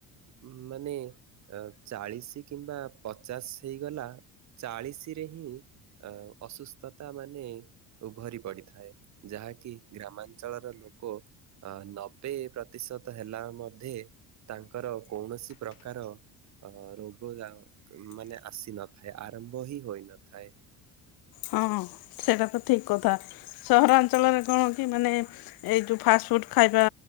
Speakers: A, on the right (about 50°); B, on the left (about 75°).
A: ଉ ମାନେ ଚାଳିଶ କିମ୍ବା ପଚାଶ ହେଇଗଲା। ଚାଳିଶରେ ହିଁ ଅ ଅସୁସ୍ଥତା ମାନେ ଉଭରି ପଡ଼ିଥାଏ ଯାହାକି ଗ୍ରାମାଞ୍ଚଳର ଲୋକ ଅ ନବେ ପ୍ରତିଶତ ହେଲା ମଧ୍ୟ ତାଙ୍କର କୌଣସି ପ୍ରକାର ଅ ରୋଗ ଆ ମାନେ ଆସି ନଥାଏ ଆରମ୍ଭ ହିଁ ହୋଇନଥାଏ।
B: ହଁ ହଁ। ସେଇଟା ତ ଠିକ୍ କଥା ସହରାଞ୍ଚଳରେ କଣ କି ମାନେ ଏଇ ଯଉ ଫାଷ୍ଟଫୁଡ଼୍ ଖାଇବା